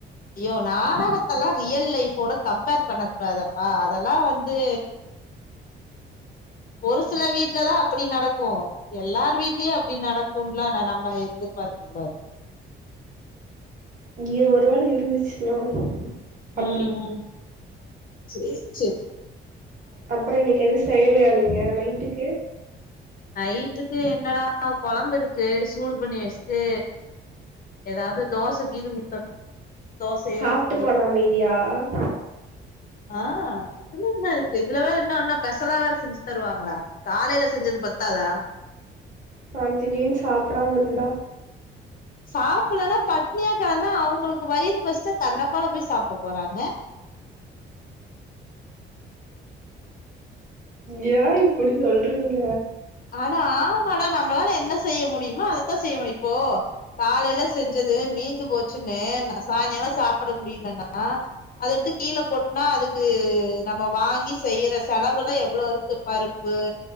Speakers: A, on the left; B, on the right.
A: ஐயோ நாடகத்தெல்லா ரியல் லைஃபோட கம்பேர் பண்ண கூடாதப்பா அதெல்லா வந்து ஒரு சில வீட்லலா அப்டி நடக்கு எல்லாரு வீட்லயு அப்படி நடக்குன்லா ந நம்ம எதிர்பார்க்க கூடாது
B: இங்க ஒரு வேள இருந்துச்சுன்னா அப்படி
A: ம் ம் சேர் சேர்
B: அப்பறோ இன்னைக்கு எது செய்யலையா நீங்க நைட்டுக்கு
A: நைட்டுக்கு என்னடா கொழம்பு இருக்கு சூடு பண்ணி வச்சுட்டு ஏதாவது தோச கீது ஊத்தணு தோசையோ
B: சாப்பிட்டு
A: இட்லியோ
B: போன அமைதியாக
A: ஆ இதுல என்ன இருக்கு இதுல வேற என்ன ஒன்னு பெசலா வேற செஞ்சு தருவாங்களா காலையில செஞ்சது பத்தாதா
B: ஆ திடீர்னு சாப்டாமா இருந்த
A: சாப்பலன்னா பட்னியாக்காந்தா அவுங்களுக்கு வயிறு பஸ்ச்சா தன்னப்பால போய் சாப்ட போறாங்க
B: யா இப்படி சொல்றீங்க
A: ஆட ஆமாடா நம்மளால என்ன செய்ய முடியுமோ அதத்தா செய்ய முடியு இப்போ காலைல செஞ்சது மீஞ்சு போச்சுன்னு ந சாய்ங்காலோ சாப்பட முடியலன்னா அத எட்த்து கீழ கொட்னா அதுக்கு நம்ம வாங்கி செய்யற செலவுல்லா எவ்ளோ இருக்கு பருப்பு